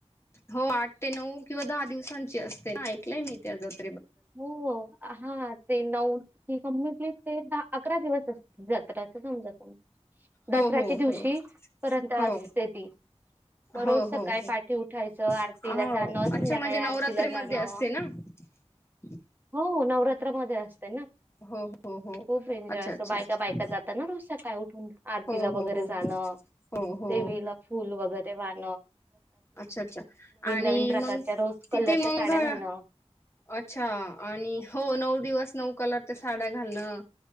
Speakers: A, on the left (about 25°); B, on the right (about 15°).
A: हो आठ ते नऊ किंवा दहा दिवसांची असते? ऐकलंय मी त्या जत
B: हो हा ते नऊ कंटली ते द अकरा दिवस असत जत्रा अस समजत
A: हो
B: दसऱ्याच्या
A: हो
B: दिवशी
A: हो
B: पर्यंत
A: हो
B: असते
A: हो
B: ती. मग
A: हो
B: रोज
A: हो
B: सकाळी पाठी उठायचं आरतीला
A: हो
B: जाणं संध्याकाळी
A: अच्छा म्हणजे नवरात्रीमध्ये
B: आरतीला जाणं
A: असते <inaudible>
B: हो नवरात्रामध्ये असत
A: हो हो हो
B: खूप एन्जॉय
A: अच्छा
B: अस
A: अच्छा
B: बायका
A: अच्छा
B: बायका जातात ना, रोज काय आरतीला
A: हो हो
B: वगैरे
A: हो
B: जाणं
A: हो हो
B: देवीला फुल वगैरे वाढ
A: अच्छा अच्छा आणि
B: नवीन प्रकारच्या
A: मंग
B: रोज कलरच्या
A: तिथे मंग
B: साड्या
A: घ.
B: घालणं.
A: अच्छा आणि हो नऊ दिवस नऊ कलरच्या साड्या घालणं